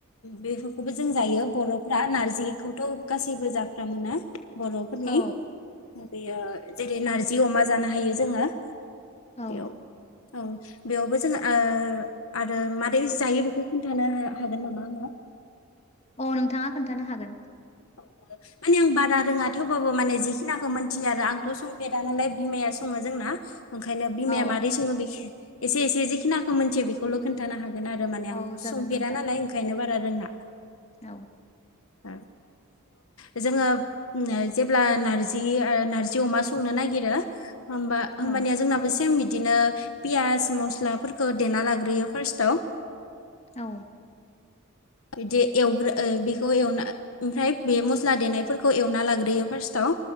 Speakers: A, on the left; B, on the left.
A: बेफोरखौबो जों जायो बर'फ्रा नारजिखौथ' गासैबो जाफ्रामोना बर'फोरनि
B: औ
A: बेयो जेरै नारजि अमा जानो हायो जोंङो
B: औ
A: बेयाव औ बेयावबो जोंङो ओ आरो मा बे जायो बेखौ खोन्थानो हागोन नामा आंनो?
B: औ नोंथाङा खोन्थानो हागोन।
A: <unintelligible> माने आं बारा रोङा थेवबाबो माने जिखिनाखौ मिथियो आरो आंथ' संफेरा नालाय बिमाया सङो जोंना। ओंखायनो बिमाया
B: औ
A: मारै सङो एसे एसे जिखिनाखौ मोनथियो बे खौल' खोनथानो हागोन आरो माने आं
B: औ जागोन
A: संफेरा
B: नोंथां
A: नालाय ओंखायनो बारा रोङा।
B: औ
A: ओ स' जोंङो जेब्ला नार्जि ओक्षनार्जि अमा संनो नागिरो होमबा
B: औ
A: होमबानिया जोंनाबो सेम बिदिनो पियास मस्लाफोरखौ देना लाग्रोयो फार्स्टाव
B: औ
A: बिदि एवग्रो ओ बेखौ एवना ओमफ्राय बे मस्ला देनायफोरखौ एवना लाग्रोयो फार्स्टाव